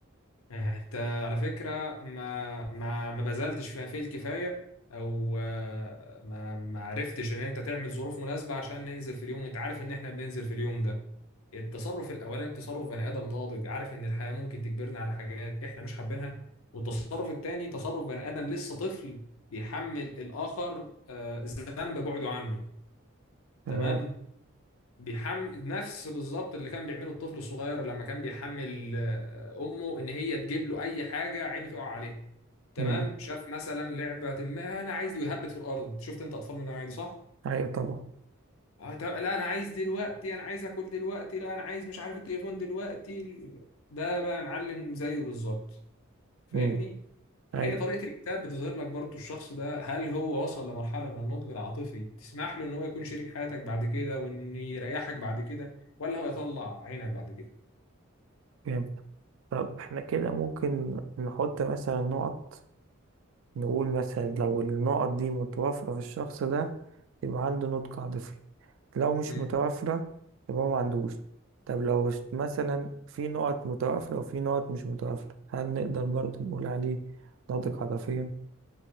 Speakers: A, on the left; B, on the right.
A: انت على فكرة ما ما ما بذلتش فيها فيه الكفاية او آه، ما ما عرفتش ان انت تعمل ظروف مناسبة عشان ننزل في اليوم وانت عارف ان احنا بننزل في اليوم ده التصرف الاولاني تصرف بني ادم ناضج عارف ان الحياة ممكن تجبرنا على حاجات احنا مش حابينها والتصرف التاني تصرف بني ادم لسه طفل بيحمل الاخر آه، ذنب بعده عنه
B: تمام
A: تمام بيحمل نفس بالظبط اللي كان بيعمله الطفل الصغير لما كان بيحمل آه، امه ان هي تجيب له اي حاجه عينه تقع عليه تمام
B: مم.
A: شاف مثلا لعبه ما انا عايز يهبط في الارض شفت انت اطفال من النوعيه دي صح
B: ايوه طبعا
A: اه طب لا انا عايز دلوقتي انا عايز اكل دلوقتي لا انا عايز مش عارف التليفون دلوقتي ده بقى معلم زيه بالظبط فاهمني
B: مم.
A: فهي
B: ايوه
A: طريقة الكتاب بتظهر لك برضو الشخص ده هل هو وصل لمرحلة من النضج العاطفي تسمح له ان هو يكون شريك حياتك بعد كده وان يريحك بعد كده ولا هو يطلع عينك بعد كده
B: فهمت طب احنا كده ممكن نحط مثلا نقط نقول مثلا لو النقط دي متوافرة في الشخص ده يبقى عنده نضج عاطفي لو مش
A: امم
B: متوافرة يبقى ما عندوش طب لو ش- مثلا في نقط متوافرة وفي نقط مش متوافرة هل نقدر برضه نقول عليه ناضج عاطفيا؟